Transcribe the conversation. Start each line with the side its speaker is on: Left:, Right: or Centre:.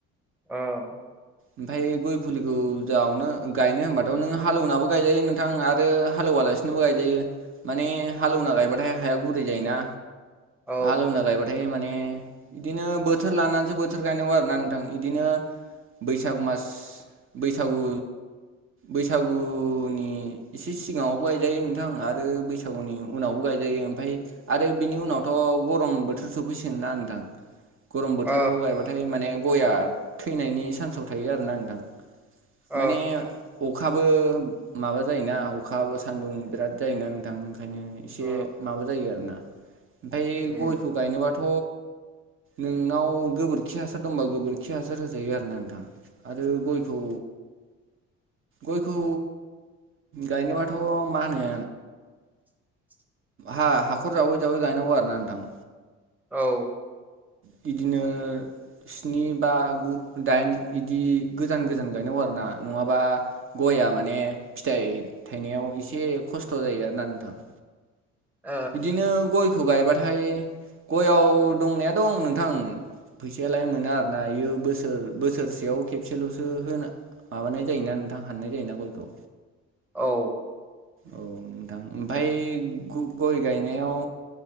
Centre: औ
Right: ओमफाय गय फुलिखौ जावनो गायनो होनबाथ' नों हालौवनाबो गायजायो नोंथां आरो हालौवा हालासिनोबो गायजायो माने हालौवना गायबाथाय हाया गुरै जायोना।
Centre: औ
Right: हालेवना गायबाथाय माने बिदिनो बोथोर लानानैसो बोथोर गायनांगौ आरो ना नोंथां बिदिनो बैसाग मास बैसागु बैसागुनि एसे सिगांङावबो गायजायो नोंथां आरो बैसागुनि उनावबो गायजायो। <unintelligible> ओमफफ्राय आरो बिनि उनावथ' गरम बोथोर सोफैसिगोन ना नोंथां गरम बोथोराव
Centre: औ
Right: गायबाथाय माने गया थैनायनि सान्साव थायो आरो ना नोंथां।
Centre: औ
Right: माने अखाबो माबा जायोना अखाबो सान्दुं बिराद जायोना नोंथां। ओंखायनो एसे
Centre: औ
Right: माबा जायो आरो ना। ओमफ्राय
Centre: उम
Right: गयखौ गायनोबाथ नोंनाव गोबोरखि हासार दंबा गोबोरखि हासार होजायो आरो ना नोंथां आरो गयखौ गयखौ गायनोबाथ मा होनो
Centre: <unintelligible>
Right: हा हाखर जावै जावै गायनांगौ आरो ना नोंथां।
Centre: औ
Right: बिदिनो स्नि बा गु दाइन बिदि गोजान गोजान गायनांगौ आरो ना नङाबा गया माने फिथाइ थायनायाव एसे खस्थ' जायो आरोना नोंथां।
Centre: औ
Right: बिदिनो गयखौ गायबाथाय गयाव दंनाया दं नोंथां फैसायालाय मोना आरोना बियो बोसोर बोसोरसेयाव खेबसेलसो होनो माबानाय जायोना नोंथां हाननाय जायोना गयखौ
Centre: औ
Right: औ नोंथां ओमफ्राय ग गय गायनायाव